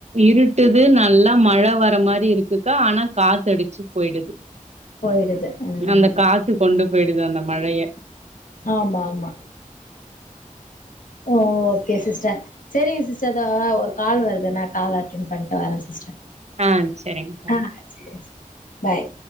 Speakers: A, on the right; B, on the left.
A: இருட்டுது நல்லா மழ வர மாரி இருக்குக்கா ஆனா காத்தடிச்சு போயிடுது
B: போயிடுது ஆ
A: அந்த காத்து கொண்டு போயிடுது அந்த மழய
B: ஆமா ஆமா ஓ ஓகே சிஸ்டர் செரிங்க சிஸ்டர் அதா ஒரு கால் வருது நா கால் அட்டன் பண்ட்டு வரே சிஸ்டர்
A: ஆ செரிங்க்கா
B: ஆ செரி செரி பாய்